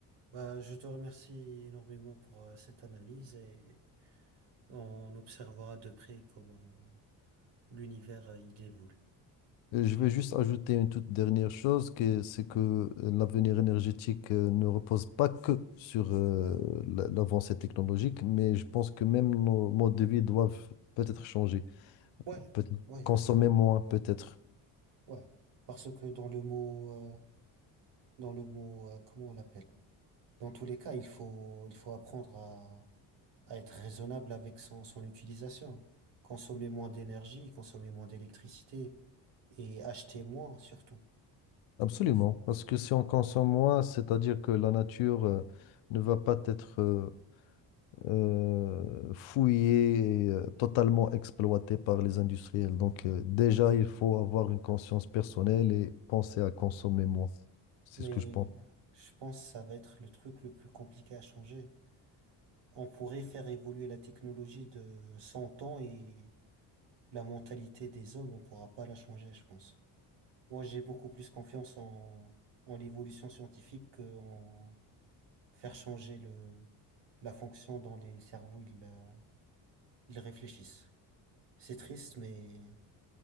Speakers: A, on the right; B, on the left.
A: Bah, je te remercie énormément pour euh, cette analyse et on observera de près comment l'univers euh, il évolue.
B: Et je vais juste ajouter une toute dernière chose, que c'est que euh, l'avenir énergétique euh, ne repose pas que sur euh, la- l'avancée technologique, mais je pense que même nos modes de vie doivent peut-être changer,
A: Ouais,
B: peut-être
A: ouais,
B: consommer moins, peut-être
A: ouais. Parce que dans le mot, euh, dans le mot, euh, comment on l'appelle? Dans tous les cas, il faut, il faut apprendre à, à être raisonnable avec son, son utilisation. Consommer moins d'énergie, consommer moins d'électricité et acheter moins surtout.
B: Absolument, parce que si on consomme moins, c'est-à-dire que la nature euh, ne va pas être euh, euh, fouillée et euh, totalement exploitée par les industriels. Donc euh, déjà, il faut avoir une conscience personnelle et penser à consommer moins. C'est
A: Mais
B: ce que je pense.
A: je pense que ça va être le truc le plus compliqué à changer. On pourrait faire évoluer la technologie de 100 ans et la mentalité des hommes, on pourra pas la changer, je pense. Moi, j'ai beaucoup plus confiance en, en l'évolution scientifique qu'en faire changer le, la fonction dans les cerveaux. Il, euh, Ils réfléchissent. C'est triste, mais